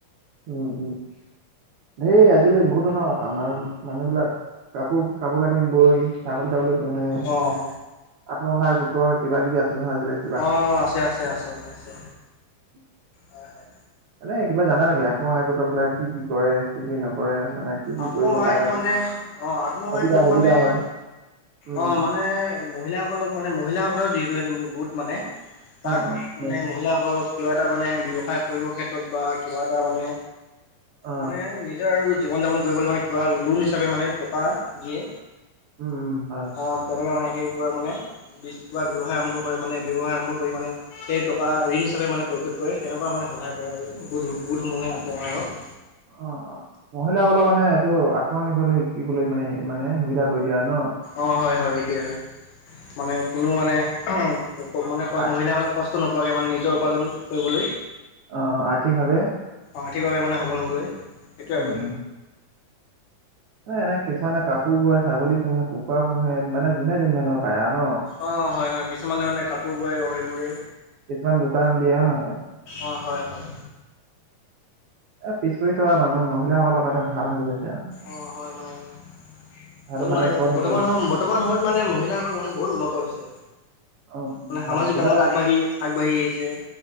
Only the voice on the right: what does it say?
উম উম। সেই আজিলৈ বহুত ধৰণৰ আমান মানুহ বিলাক কাপোৰ কাপোৰ কানি বৈ- ছাগলী ছাগলী পোহে,
আত্মসহায়ক গোট্ৰৰ কিবা কিবি আছে নহয় আছিলে।
উম।
মানে কিবা জানা নেকি আত্মসহায়কত বিলাক কি কি কৰে কি কি নকৰে মানে? কি কি
কৰিব পাৰে তাৰমানে
সুবিধা
সুবিধা
হয় উম
অ অ
অ
অ অ
উম উম হয়।
অ অ। মহিলাসকলক মানে এইটো আত্মনিৰ্ভৰ শিকিবলৈ মানে মানে সুবিধা কৰি দিয়া আৰু ন।
অ',
অ অ আৰ্থিকভাৱে।
উম
উম। এ এনে কিছুমানে কাপোৰ পোহে ছাগলী পোহে কুকুৰা পোহে মানে যোনে যোন ধৰণৰ পায় আৰু ন।
কিছুমান দোকান দিয়ে হয় নহয়।
এ পিছ পৰি থকা মানুহৰ মহ মহিলাসকলৰ কাৰতে ভাল হৈ গৈ আছে আৰু,
ভাল
মানে চব।
অ', উম,
হয়
কিবা
এটা